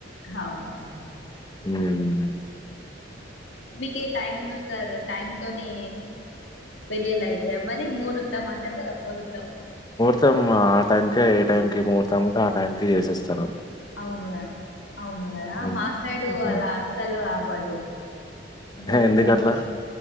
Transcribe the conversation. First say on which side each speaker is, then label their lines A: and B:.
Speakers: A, on the left; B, on the left.
A: అవునవును
B: మ
A: మీకే టైమ్ను సార్ టైమ్తోని పెళ్ళిలై తయా మరి ముహూర్తం అంటరు కదా మురుతం
B: ర్తం ఆ టైంకే ఏ టైంకి ముహూర్తాం ఉంటే ఆ టైంకి చేసేస్తాము
A: అవును గ అవును కదా
B: హ్మ్.
A: మా సైడు
B: హ్మ్.
A: అలా అస్సలు అవ్వదు. ముహర్తంకి
B: ఎందుకట్లా?